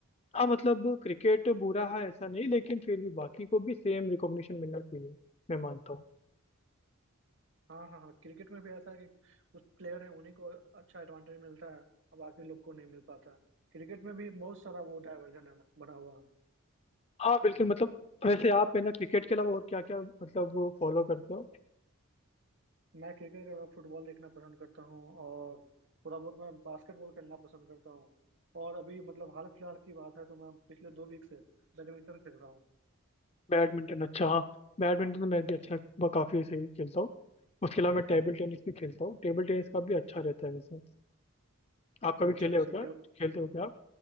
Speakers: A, on the left (about 30°); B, on the right (about 55°).
A: हाँ मतलब क्रिकेट बुरा है ऐसा नहीं लेकिन फिर भी बाकी को भी सेम रिकॉग्निशन मिलना चाहिए मैं मानता हूँ
B: हाँ हाँ हाँ क्रिकेट में भी ऐसा है कि कुछ प्लेयर हैं उन्हीं को अच्छा एडवांटेज मिलता है और बाकी लोग को नहीं मिल पाता क्रिकेट में भी बहुत सारा वो डाइवर्जन है ना बना हुआ
A: हाँ बिल्कुल मतलब वैसे आप है ना क्रिकेट के अलावा और क्या क्या मतलब फॉलो करते हो
B: मैं क्रिकेट के अलावा फुटबॉल देखना पसंद करता हूँ और थोड़ा बहुत मैं बास्केटबॉल खेलना पसंद करता हूँ और अभी मतलब हाल फिलहाल की बात है तो मैं पिछले दो वीक से बैडमिंटन खेल रहा हूँ
A: बैडमिंटन अच्छा हाँ बैडमिंटन तो मैं भी अच्छा ब- काफी सही खेलता हूँ उसके अलावा मैं टेबल टेनिस भी खेलता हूँ टेबल टेनिस का भी अच्छा रहता है वैसे आप कभी
B: अच्छा
A: खेले
B: अच्छा
A: हो
B: टेबल
A: क्या खेलते हो क्या आप